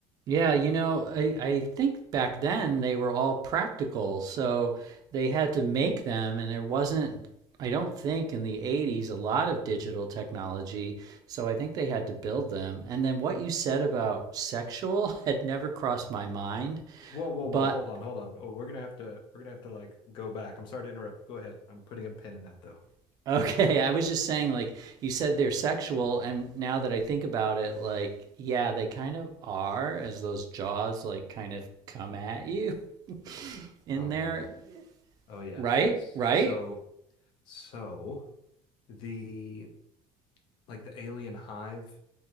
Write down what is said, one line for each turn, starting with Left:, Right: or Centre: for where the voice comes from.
Right: Yeah, you know, I, I think back then they were all practical, so they had to make them, and there wasn't, I don't think in the 80s, a lot of digital technology, so I think they had to build them. And then what you said about sexual <laughs> had never crossed my mind,
Left: Whoa, whoa,
Right: but
Left: whoa! Hold on, hold on. Oh, we're gonna have to, we're gonna have to like go back. I'm sorry to interrupt. Go ahead. I'm putting a pin in that though.
Right: <laughs> okay, I was just saying, like, you said they're sexual, and now that I think about it, like, yeah, they kind of are, as those jaws, like, kind of come at you <laughs> in
Left: Oh
Right: there,
Left: man. Oh yeah.
Right: right?
Left: S-
Right: Right?
Left: So, so the like the alien hive